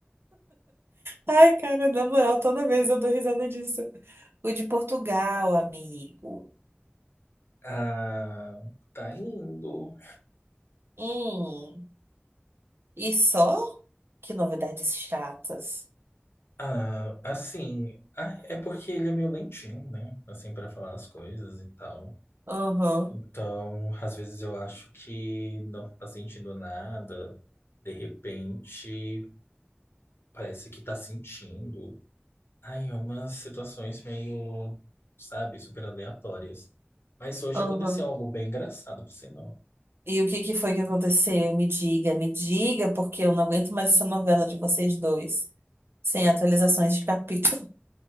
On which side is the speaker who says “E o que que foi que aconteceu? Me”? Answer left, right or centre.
Right